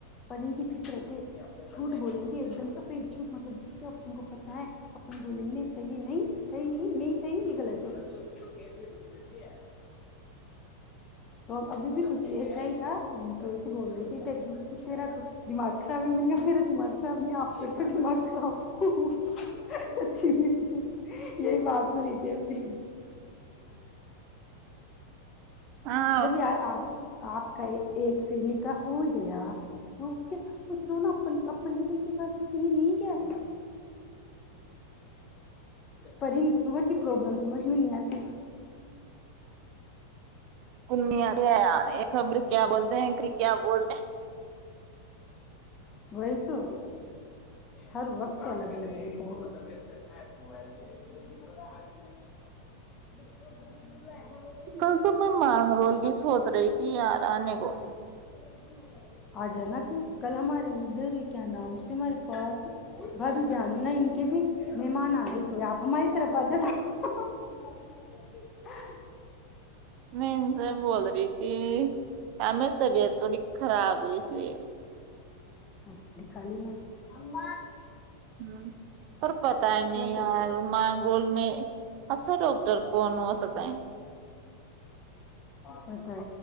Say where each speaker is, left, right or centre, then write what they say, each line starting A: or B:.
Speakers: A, on the left; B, on the right.
A: پر ان کی فکر تھ بولیں گے ایک دم سے پی ایکجوٹ مطلب جس کے گپت ہے ن بولیں نہیں صحی ہے نہیں صی نہیں نہیں صی یہ غلط ہے <inaudible> تو ابھی بھی کچھ ایسا ہی تھا تو س بول رہ تھی ت تیرا تو دماغ خراب ہے م گیا میرا دماغ ب نے آپ کو دمکھ رہا ہوں <inaudible> سچی نہیں یہی بات تو ریتے بھی
B: ہاں
A: جب یار آپ آپ کا یہ ایک سینک <unintelligible> <unintelligible> پن اپن بھی تو ان کے ساتھتے نہیں کیا پر ان سور پرابلم سمجھ میں نہیں آتی
B: <unintelligible> یہ خبر کیا بولتے ہیں کیا بولتے ہیں
A: وہی تو ہر وقت الگ لگ رہی <unintelligible> موبائل سے
B: کل تو میں مانگ رول کی سوچ رہی تھی یار آنے کو
A: <unintelligible> <unintelligible> آجانا تو کل ہمارے ادھر کیا نام سے ہمارے پاس بھابھی جان نہیں ان کے بھی مہمان آ رہے کوئی آپ ہماری طرف آجا <unintelligible>
B: میں ان سے بول رہی کہ کیا میں طبیعت تھوڑی خراب ہے اس لیے
A: اچھا دکھا ل م
B: ہ اور پت ہی نہیں
A: چلتا
B: یار
A: ہے
B: مانگول میں اچھا ڈاکٹر کون ہو سکتا ہے
A: پت ہے